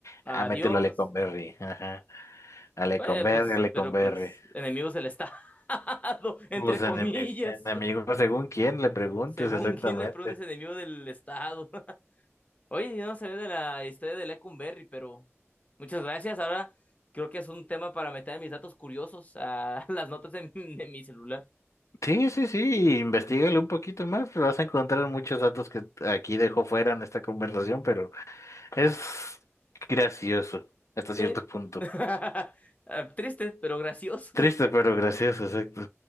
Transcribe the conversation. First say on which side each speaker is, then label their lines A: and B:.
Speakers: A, on the left; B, on the left.
A: Adiós.
B: a mételo a Lecumberri, ajá, a Lecumberri,
A: Eh, pues,
B: a Lecumberri.
A: pero pues, enemigos del Estado, <laughs> entre
B: Los
A: comillas.
B: enemigos, enemigos, según quién le preguntes
A: Según
B: exactamente.
A: quien le preguntes, enemigo del Estado. <laughs> Oye, yo no sabía de la historia de Lecumberri, pero muchas gracias. Ahora creo que es un tema para meter mis datos curiosos a <laughs> las notas de, mi de mi celular.
B: Sí, sí, sí, investigale un poquito más, pero vas a encontrar muchos datos que aquí dejo fuera en esta conversación, pero es gracioso hasta cierto
A: Sí.
B: punto.
A: <laughs> Ah, Triste, pero gracioso.
B: Triste,
A: <laughs>
B: pero gracioso, exacto.